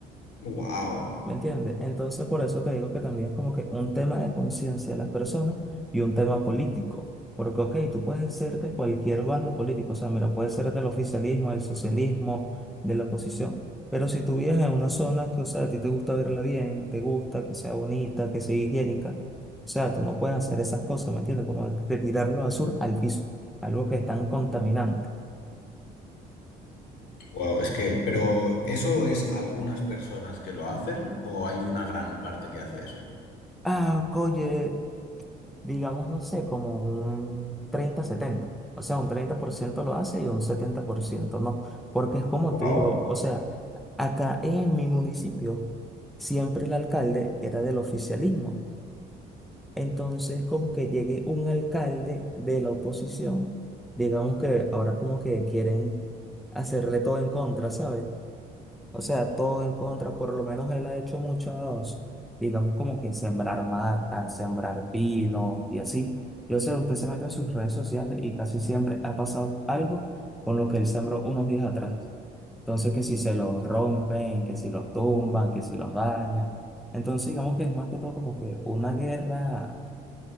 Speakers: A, on the left; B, in the centre.
A: Wow.
B: ¿Me entiendes? Entonces, por eso te digo que también es como que un tema de conciencia de las personas y un tema político. Porque, ok, tú puedes ser de cualquier bando político, o sea, mira, puedes ser del oficialismo, del socialismo, de la oposición. Pero si tú vives en una zona que, o sea, a ti te gusta verla bien, te gusta que sea bonita, que sea higiénica, o sea, tú no puedes hacer esas cosas, ¿me entiendes? Como de tirar la basura al piso, algo que es tan contaminante.
A: Wow, es que, pero ¿eso es algunas personas que lo hacen o hay una gran parte que hace eso?
B: Ah, oye. digamos, no sé, como un treinta setenta O sea, un 30% lo hace y un 70% no. Porque es como
A: Wow.
B: te digo, o sea, acá en mi municipio siempre el alcalde era del oficialismo. Entonces, como que llegue un alcalde de la oposición, digamos que ahora como que quieren hacerle todo en contra, ¿sabes? O sea, todo en contra, por lo menos él ha hecho muchos, digamos como que sembrar matas, sembrar pino y así. Yo sé, usted se mete en sus redes sociales y casi siempre ha pasado algo con lo que él sembró unos días atrás. Entonces, que si se los rompen, que si los tumban, que si los dañan. Entonces, digamos que es más que todo como que una guerra